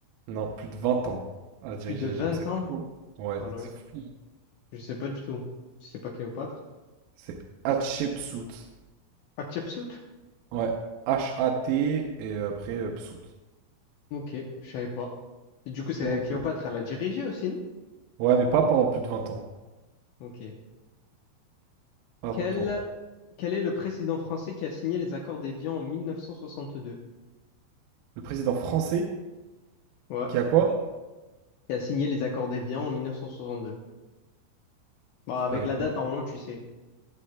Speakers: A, on the right (about 85°); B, on the left (about 80°).
A: non, plus de 20 ans à diriger
B: Plus de 20
A: l'Égypte. C'est
B: ans.
A: fou. hein. Ouais,
B: Oh non,
A: c'est fou.
B: je sais pas du tout. C'est pas Cléopâtre.
A: C'est Hatshepsut.
B: Hatshepsut?
A: Ouais, H-A-T et après euh, Psut.
B: Ok, je savais pas. Et du coup, c'est
A: Moi non
B: Cléopâtre,
A: plus.
B: elle a dirigé aussi, non?
A: Ouais, mais pas pendant plus de 20 ans.
B: Ok.
A: À
B: Quel,
A: ton tour.
B: quel est le président français qui a signé les accords d'Évian en 1962?
A: Le président français
B: Ouais.
A: qui a quoi?
B: Qui a signé les accords d'Évian en 1962. Bah, avec
A: Euh,
B: la date, normalement, tu sais,